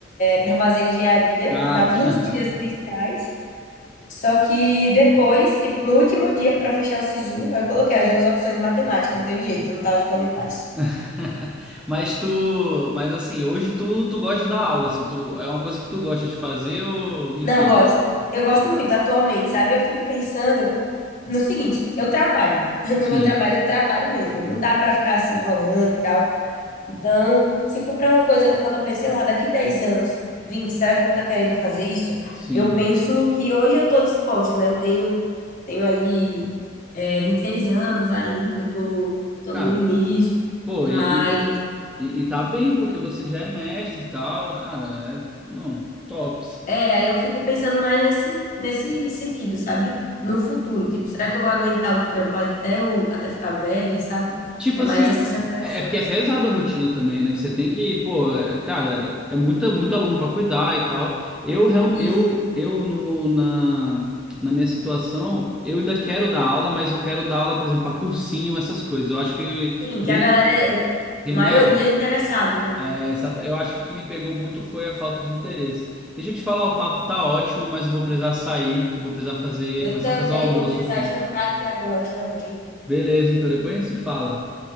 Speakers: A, on the left; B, in the centre.
A: para fazer engenharia
B: Ah,
A: na-
B: tá.
A: nos dias iniciais. Só que depois, tipo, no último dia pra fechar o SISU, eu coloquei as duas opções de matemática, não teve jeito, eu não tava ficando em paz.
B: <laughs> Mas tu. Mas assim, hoje tu, tu gosta de dar aula, assim, tu, é uma coisa que tu gosta de fazer ou. Enfim.
A: Não, eu gosto. Eu gosto muito atualmente, sabe? Eu fico pensando no seguinte, eu trabalho. <laughs> No
B: Sim,
A: meu trabalho, eu trabalho mesmo. Não dá pra ficar assim enrolando e tal. Então, se for para uma coisa, quando eu pensei lá, daqui 10 anos, vinte será que eu vou estar querendo fazer isso?
B: sim.
A: Eu penso que hoje eu estou disposta, né? Eu tenho, tenho aí é, 26 anos ainda, tô, tô
B: Cara,
A: no início,
B: pô,
A: mas
B: e, E, e tá bem, porque você já é mestre e tal, cara. É, não, tops.
A: é, aí eu fico pensando mais nesse, nesse sentido, sabe? No futuro, tipo, será que eu vou aguentar o trampo até, o, até ficar velha, sabe?
B: Tipo
A: É
B: assim,
A: mais essas reflexões.
B: é, é porque é pesada a rotina também, né? Você tem que, pô, é, cara, é muita, muito aluno pra cuidar e tal. Eu, real-
A: Isso.
B: eu, eu no, na, na minha situação, eu ainda quero dar aula, mas eu quero dar aula, por exemplo, pra cursinho, essas coisas. Eu acho que
A: Sim,
B: dentro,
A: que a galera, é,
B: entendeu?
A: maioria é interessado, né?
B: É, exata- eu acho que o que me pegou muito foi a falta de interesse. Deixa eu te falar, o papo tá ótimo, mas eu vou precisar sair, que eu vou precisar fazer,
A: Eu
B: começar
A: também
B: a fazer o almoço
A: vou precisar
B: aqui.
A: jantar aqui agora também.
B: Beleza, então depois a gente se fala.